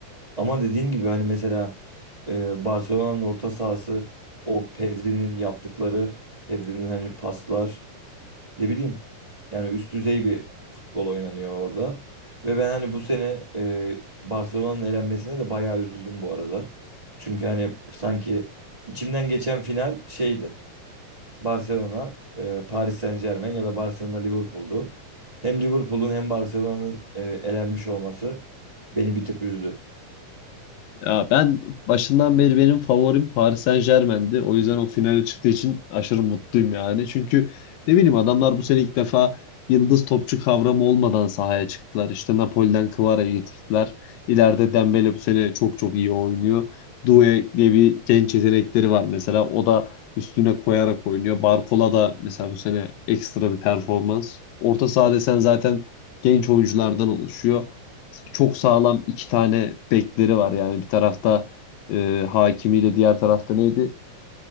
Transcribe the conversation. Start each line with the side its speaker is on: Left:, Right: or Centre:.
Right: Ama dediğin gibi hani mesela e, Barcelona'nın orta sahası o Pedri'nin yaptıkları Pedri'nin hani paslar ne bileyim yani üst düzey bir futbol oynanıyor orada. Ve ben hani bu sene e, Barcelona'nın elenmesine de bayağı üzüldüm bu arada. Çünkü hani sanki içimden geçen final şeydi. Barcelona, e, Paris Saint-Germain ya da Barcelona Liverpool'du. Hem Liverpool'un hem Barcelona'nın e, elenmiş olması beni bir tık üzdü.
Left: Ya ben başından beri benim favorim Paris Saint-Germain'di. O yüzden o finale çıktığı için aşırı mutluyum yani. Çünkü ne bileyim adamlar bu sene ilk defa yıldız topçu kavramı olmadan sahaya çıktılar. İşte Napoli'den Kvara'yı getirdiler. İleride Dembele bu sene çok çok iyi oynuyor. Doué diye bir genç yetenekleri var mesela. O da üstüne koyarak oynuyor. Barcola da mesela bu sene ekstra bir performans. Orta saha desen zaten genç oyunculardan oluşuyor çok sağlam iki tane bekleri var. Yani bir tarafta e, Hakimi'yle diğer tarafta neydi?